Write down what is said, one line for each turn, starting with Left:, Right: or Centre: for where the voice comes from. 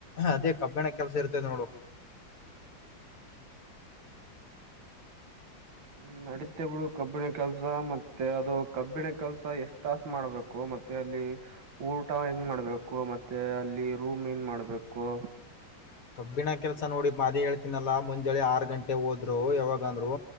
Left: ಅದೇ. ಕಬ್ಬಿಣ ಕೆಲಸ ಇರುತೈದೆ ನೋಡು.
Right: ್ಮ ನಡೀತ್ಯ ಬಿಡು ಕಬ್ಬಿಣ ಕೆಲ್ಸ ಮತ್ತೆ ಅದು ಕಬ್ಬಿಣ ಕೆಲ್ಸ ಎಷ್ಟ್ ತಾಸ ಮಾಡ್ಬೇಕು ಮತ್ತೆ ಅಲ್ಲಿ ಊಟ ಹೆಂಗ್ ಮಾಡ್ಬೇಕು ಮತ್ತೆ ಅಲ್ಲಿ ರೂಮ್ ಹೆಂಗ್ ಮಾಡ್ಬೇಕು.
Left: ಕಬ್ಬಿಣ ಕೆಲಸ ನೋಡಿ ಅದೇ ಹೇಳ್ತೀನಲ್ಲ ಮುಂಜಳೆ ಆರು ಗಂಟೆ ಹೋದ್ರು ಯಾವಾಗ ಅಂದ್ರು